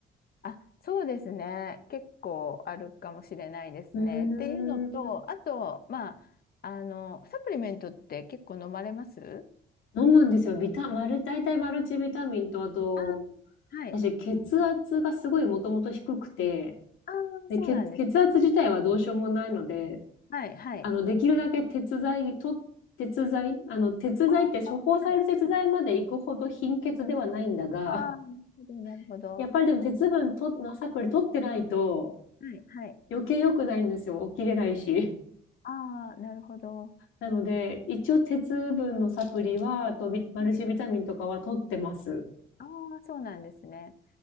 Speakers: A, on the left; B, on the left.
A: あ、そうですね。結構あるかもしれないですね。
B: うーん。
A: っていうのと、あと、まあ、あの、サプリメントって結構飲まれます
B: 飲むんですよ。ビタ、マル、大体マルチビタミンと、あと、
A: あー、はい。
B: 私、血圧がすごいもともと低くて、
A: ああ、
B: で、
A: そうなんですか。
B: 血、血圧自体はどうしようもないので、
A: はい、はい。
B: あの、できるだけ鉄剤と、鉄剤、あの、鉄剤って処方される鉄剤まで行くほど貧血ではないんだが、
A: ああ、はい。ああ、なるほど、なるほど。
B: <laughs> やっぱりでも鉄分と、のサプリ取ってないと
A: はい、はい。
B: 余計良くないんですよ。起きれないし。
A: ああ、なるほど。
B: なので、一応鉄分のサプリは、あとビマルチビタミンとかは取ってます。
A: はい。ああ、そうなんですね。